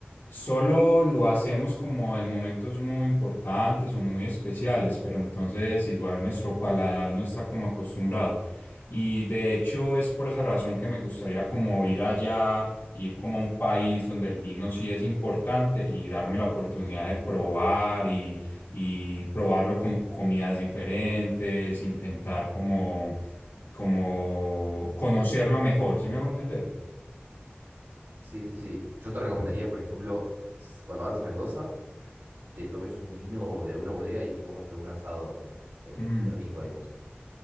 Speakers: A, on the left; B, on the right.
A: Solo lo hacemos como en momentos muy importantes o muy especiales, pero entonces igual nuestro paladar no está como acostumbrado. Y de hecho es por esa razón que me gustaría como ir allá, ir como a un país donde el vino sí es importante y darme la oportunidad de probar y y probarlo con comidas diferentes, intentar como, como conocerlo mejor, ¿sí me hago entender?
B: Sí, sí, sí. Yo te recomendaría, por ejemplo, s- cuando vayas a Mendoza, te tomes un vino de alguna bodega y te comas algún asado eh,
A: Mm,
B: rico, digamos.